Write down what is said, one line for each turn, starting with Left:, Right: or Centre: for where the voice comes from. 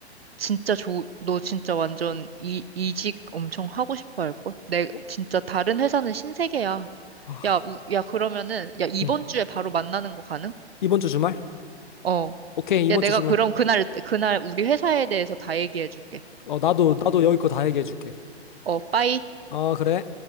Right: 진짜 좋, 너 진짜 완전 이 이직 엄청 하고 싶어 할 걸? 내
Left: 어?
Right: 진짜 다른 회사는 신세계야.
Left: 아,
Right: 야, 우, 야 그러면은 야 이번
Left: 응.
Right: 주에 바로 만나는 거 가능?
Left: 이번 주 주말?
Right: 어.
Left: 오케이, 이번
Right: 야, 내가
Left: 주 주말.
Right: 그럼 그날 그날 우리 회사에 대해서 다 얘기해 줄게.
Left: 어, 나도,
Right: 어,
Left: 나도 여기 거 다 얘기해줄게.
Right: 어, 빠이.
Left: 어, 그래.